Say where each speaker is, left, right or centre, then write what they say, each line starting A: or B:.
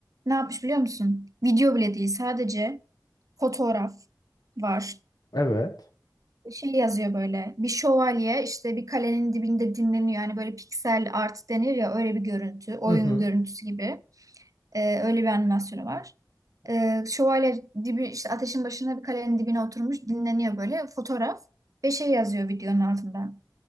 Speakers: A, on the right; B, on the left.
A: Ne yapmış biliyor musun? Video bile değil. Sadece fotoğraf var.
B: Evet.
A: şey yazıyor böyle bir şövalye işte bir kalenin dibinde dinleniyor. Yani böyle piksel art denir ya öyle bir görüntü. Oyun
B: Hı hı.
A: görüntüsü gibi. Ee, öyle bir animasyonu var. Ee, şövalye dibi işte ateşin başına bir kalenin dibine oturmuş dinleniyor böyle fotoğraf ve şey yazıyor videonun altından.